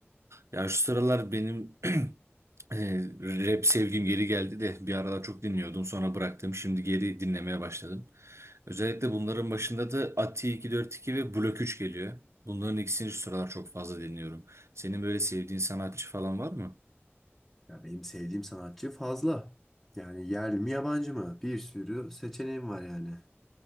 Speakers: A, on the right; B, in the centre.
A: Ya şu sıralar benim <clears throat> e, rap sevgim geri geldi de bir aralar çok dinliyordum sonra bıraktım. Şimdi geri dinlemeye başladım. Özellikle bunların başında da Ati 242 ve Blok 3 geliyor. Bunların ikisini şu sıralar çok fazla dinliyorum. Senin böyle sevdiğin sanatçı falan var mı?
B: Ya benim sevdiğim sanatçı fazla. Yani yerli mi yabancı mı? Bir sürü seçeneğim var yani.